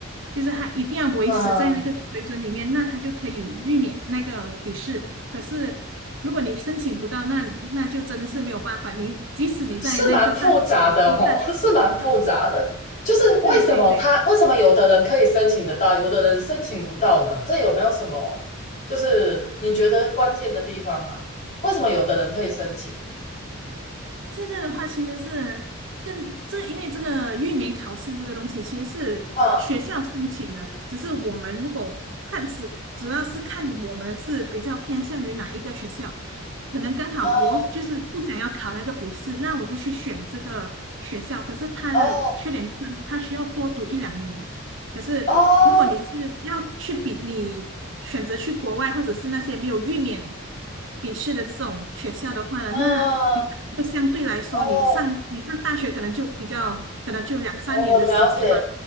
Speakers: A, on the right; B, on the left.
A: 就是他一定要维持在那个水准里面，
B: 嗯，
A: 那他就可以避免那个笔试。可是如果你申请不到，那那就真的是没有办法。你即使你在那个大学，
B: 是蛮复杂的哦，
A: 本地大学，
B: <laughs> 是蛮复杂的。就是为什么他为什么有的人可以申请得到，
A: 对对对。
B: 有的人申请不到呢？这有没有什么就是你觉得关键的地方啊？为什么有的人可以申请？
A: 这个的话其实是跟这，因为这个域名考试这个东西其实是学校申请的，
B: 嗯
A: 只是我们如果看是主要是看我们是比较偏向于哪一个学校，可能刚好我就是不想要考那个笔试，
B: 哦
A: 那我就去选这个学校。可是它的缺点就是它需要多读一两年，
B: 哦，
A: 可是如果你是要去比，
B: 哦
A: 你选择去国外或者是那些没有预免笔试的这种学校的话呢，
B: 嗯，
A: 那你可能就相对来说，
B: 哦，哦
A: 你上你上大学可能就比较，可能就两三年的时间嘛。
B: 我了解，